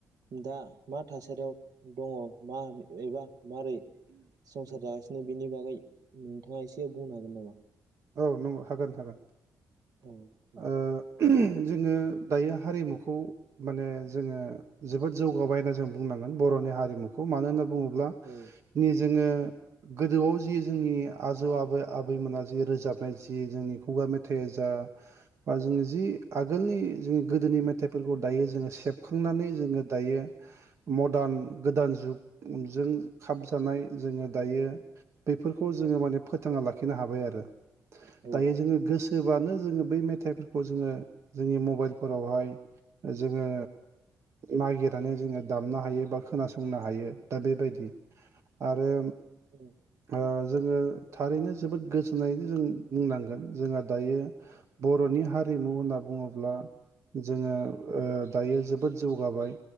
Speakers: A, on the right; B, on the right.
A: दा मा थासारियाव दङ मा एबा मारै संसार जागासिनो बेनि बागै नोंथाङा एसे बुंनो हागोन नामा
B: औ नंगौ हागोन हागोन
A: औ औ
B: ओ जोङो दायो हारिमुखौ माने जोङो जोबोद जौगाबाय होनना जों बुंनांगोन बर'नि हारिमुखौ मानो होनोब्ला
A: औ
B: ब्ला जोङो गोदोआव जि जोंनि आजौ आबै आबैमोना जि रोजाबनाय जि जोंनि खुगा मेथाइया जा बा जोंनि जि आगोलनि गोदो नि मेथाइफोरखौ दायो जोङो सेबखांनानै जोङो दायो मडार्न गोदान जुग जों खाबजानाय जोङो दायो बेफोरखौ जोङो माने फोथाङा लाखिनो हाबाय आरो दायो
A: औ
B: जोङो गोसो जाबानो जोङो बै मेथाइफोरखौ जोङो जोंनि मबाइलफोरावहाय जोङो नागिरनानै जोङो दामनो हायो बा खोनासंनो हायो दा बेबायदि आरो
A: औ
B: ओ जोङो थारैनो जोबोद गोसो जोननायखौ जों बुंनांगोन जोंहा दायो बर'नि हारिमु होनना बुङोब्ला जोङो ओ दायो जोबोद जौगाबाय